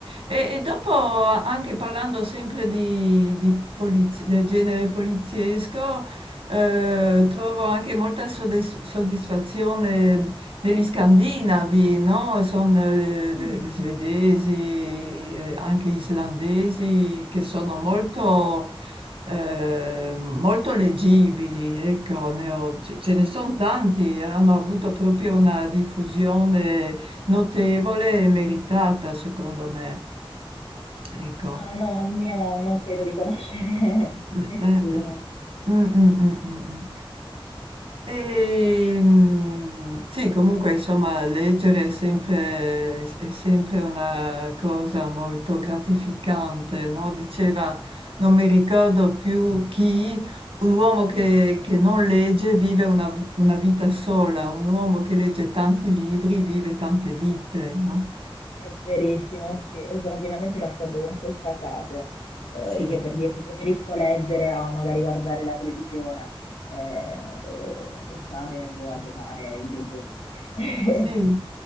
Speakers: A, on the right; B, on the left.
A: E, e dopo, anche parlando sempre di, di polizi- del genere poliziesco, eh, trovo anche molta soddisf- soddisfazione negli Scandinavi, no, son ehm,
B: Mm.
A: svedesi, ehm, anche islandesi che sono molto, ehm, molto leggibili, ecco, ne ho ce ce ne son tanti, hanno avuto proprio una diffusione notevole e meritata secondo me. Ecco.
B: Ah no, mio non credo di conoscere
A: Eh,
B: <laughs> nessuno.
A: eh. Mm, mm, mm, mm, mm. E, mm, sì, comunque, insomma, leggere è sempre, è sempre una cosa molto gratificante, no? Diceva, non mi ricordo più chi, un uomo che, che non legge vive una, una vita sola, un uomo che legge tanti libri vive tante vite, no?
B: È verissimo, sì, sono pienamente d'accordo con questa frase. Eh,
A: Sì,
B: io per dirti preferisco leggere a magari guardare la televisione eh, o, o stare boh, a giocare ai videogiochi. <laughs>
A: sì,